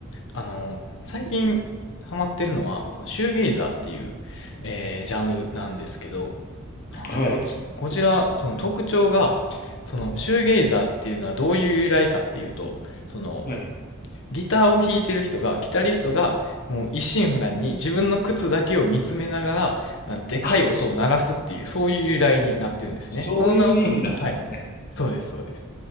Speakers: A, on the left; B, on the left.
A: あの、最近ハマってるのは、そのシューゲイザーっていう、えージャンルなんですけど、はい、
B: はい。
A: こち、こちら、その特徴が、そのシューゲイザーっていうのはどういう由来かっていうと、その、
B: はい。
A: ギターを弾いてる人が、ギタリストが、もう一心不乱に自分の靴だけを見つめながら、でかい音を鳴らすっていう、
B: あ、そ
A: そういう由来になってるんですね。
B: そういう意味だったのね。
A: その名の通り、はい。そうです、そうです。